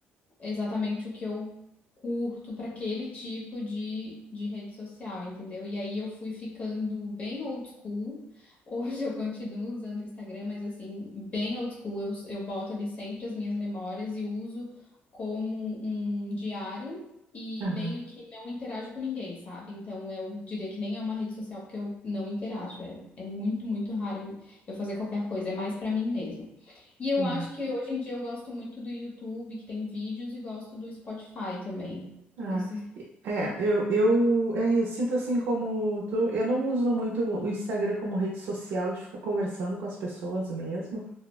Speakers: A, on the left; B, on the right.
A: exatamente o que eu curto para aquele tipo de, de rede social, entendeu? E aí eu fui ficando bem old school. <laughs> Hoje eu continuo usando o Instagram, mas assim, bem old school. Eu, eu boto ali sempre as minhas memórias e uso como um diário. E
B: Aham,
A: meio que não interajo com ninguém, sabe? Então eu diria que nem é uma rede social porque eu não interajo. É, é muito, muito raro eu fazer qualquer coisa. É mais para mim mesmo. E eu
B: sim.
A: acho que hoje em dia eu gosto muito do YouTube, que tem vídeos, e gosto do Spotify também.
B: Ah,
A: Desses...
B: e- é, eu, eu, é, eu sinto assim como tu, eu não uso muito o Instagram como rede social de ficar conversando com as pessoas mesmo.